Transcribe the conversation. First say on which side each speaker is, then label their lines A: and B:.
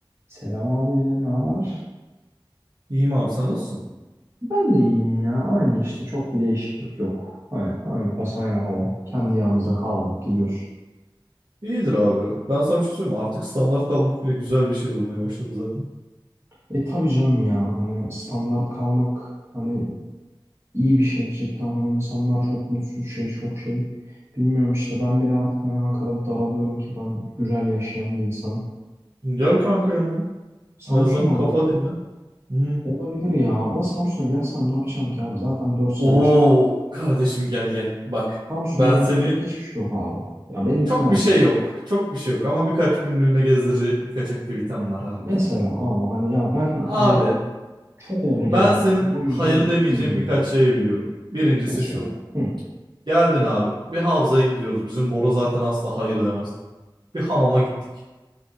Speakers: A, on the right; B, on the right.
A: Selam abi, ne haber?
B: İyiyim abi sen nasılsın?
A: Ben de iyiyim ya. Aynı işte çok bir değişiklik yok. Hani aynı tas aynı hamam. Kendi yağımızda kavrulup gidiyor.
B: İyidir abi. Ben sana bir şey söyleyeyim mi? Artık standart kalmak bile güzel bir şey olmaya başladı zaten.
A: E tabii canım ya hani standart kalmak hani iyi bir şey cidden hani insanlar çok mutsuz şey çok şey. Bilmiyorum işte ben bile artık hani Ankara'da daralıyorum ki ben güzel yaşayan bir insanım.
B: Gel kanka yanıma.
A: Samsun
B: En azından
A: ama
B: bir kafa dinle. Hmm.
A: olabilir ya da Samsun'a gelsem ne yapacağım ki abi zaten 4 sene
B: Oo
A: yaşadım.
B: kardeşim gel gel. Bak
A: Samsun'da
B: ben
A: yapılacak
B: seni
A: hiçbir şey yok abi. Ya beni ikna
B: çok bir
A: et.
B: şey yok. Çok bir şey yok ama birkaç günlüğüne gezdirecek birkaç aktivitem var abicim.
A: Mesela abi hani ya ben
B: Abi
A: e, çok oldu
B: ben
A: gelmeyeli.
B: senin
A: O yüzden
B: hayır demeyeceğin
A: bilmiyorum.
B: birkaç şey biliyorum. Birincisi
A: Mesela
B: şu.
A: hı,
B: Geldin abi. Bir havzaya gidiyoruz. Bizim Bora zaten asla hayır demez. Bir hamama gittik.